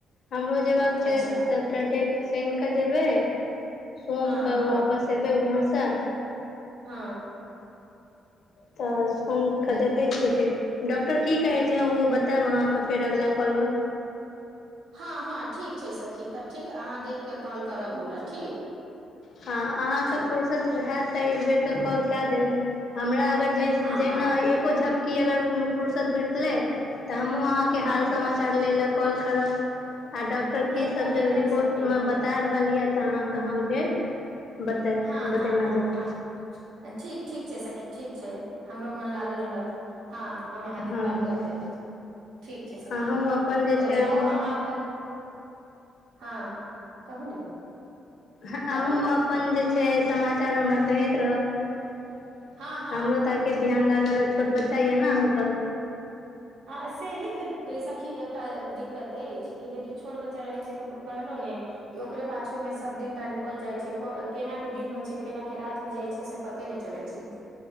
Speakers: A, on the left; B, on the right.
A: हमरो जेबाका
B: अच्छा
A: छै देख सुनि कें जेबै सोम
B: हँ
A: क
B: हँ
A: वापस एबै उमहरसँ
B: हँ
A: तऽ सोमके
B: आब देख
A: देखै छीय फेर डॉक्टर की कहै छै ओ बतायब अहाँके फेर अगला कॉलमे
B: हँ हँ ठीक छै सखी तब ठीक अहाँ देख कऽ कॉल करब हमरा ठीक
A: हँ अहाँके
B: ठीक
A: फुरसत हैत तऽ एक बेेरके कॉल कए देबै हमरा अगर जेह
B: हँ
A: जेहिना
B: हँ
A: एको झपकी अगर फूर्सत भेटलै तऽ हमहुँ अहाँ के
B: हँ
A: हाल समाचार ले ल कॉल करब आ डॉक्टर की
B: एकदम
A: सब
B: एकदम
A: रिपोर्ट
B: सखी
A: म बत ता रहल यऽ तऽ अहाँकेँ हम फेर बता
B: हँ
A: बतेना
B: हँ हँ
A: जायब
B: हँ ठीक ठीक छै सखी ठीक छै हमरो मन लागल रहत हँ हम अहाँके
A: हँ
B: कॉल कर देब ठीक छै सखी
A: अहूँ अपन जे
B: तऽ
A: छै
B: जाउ अहाँ अपन हँ कहू ने
A: अहूँ
B: कहू
A: अपन जे छै समाचार हमरा कहैत रहब
B: हँ हँ
A: हमरो तऽ आखिर ध्यान लागल रह छोट बच्चा यऽ ने अहूँके
B: आ सेही तऽ सखी एकटा दिक्कत अछि कि देखियौ छोट बच्चा रहैत छै तऽ कहलहु ने क ओकरे पाछू में सब दिन टनकल निकल जाइ छै केना के दिन होइ छै केना के रात होइ जाइ छै से पते नहि चलै छै